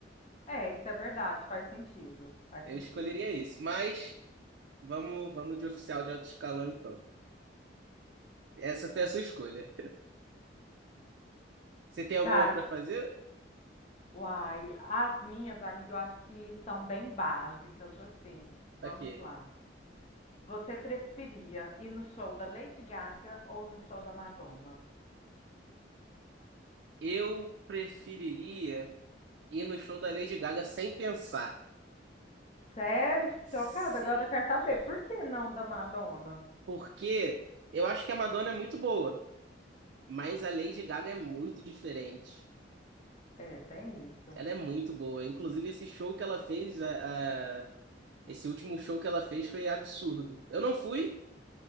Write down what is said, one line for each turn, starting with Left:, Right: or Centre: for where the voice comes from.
Left: É, isso é verdade, faz sentido. Faz
Right: Eu
Left: sentido.
Right: escolheria esse. Mas vamos, vamos de oficial de alto escalão, então. Essa foi a sua escolha. <laughs> Você tem alguma
Left: Tá,
Right: para fazer?
Left: Uai, as minhas, amiga, eu acho que são bem básicas, assim. Vamos
Right: Ok.
Left: lá. Você preferia ir no show da Lady Gaga ou no show da Madonna?
Right: Eu preferiria ir no show da Lady Gaga sem pensar.
Left: Sério?
Right: Sim.
Left: Chocada? Agora eu quero saber. Por que não da Madonna?
Right: Porque eu acho que a Madonna é muito boa, mas a Lady Gaga é muito diferente.
Left: É, tem isso.
Right: Ela é muito boa. Inclusive, esse show que ela fez, a, a- esse último show que ela fez foi absurdo. Eu não fui,